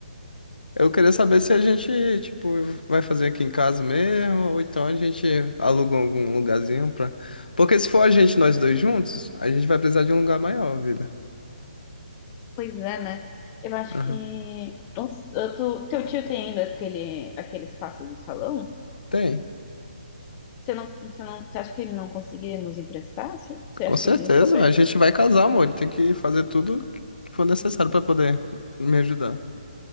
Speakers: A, on the left; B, on the left.
A: eu queria saber se a gente, tipo, vai fazer aqui em casa mesmo, ou então a gente aluga algum lugarzinho pra. Porque se for a gente, nós dois juntos, a gente vai precisar de um lugar maior, vida.
B: Pois é, né? Eu acho
A: Aham.
B: que. não s- eu tô- Teu tio tem ainda aquele, aquele espaço do salão?
A: Tem,
B: Você não, você não, você acha que ele não conseguiria nos emprestar, assim? Você acha
A: com certeza.
B: que ele cobraria?
A: A gente vai casar, amor. Tem que fazer tudo que for necessário pra poder me ajudar.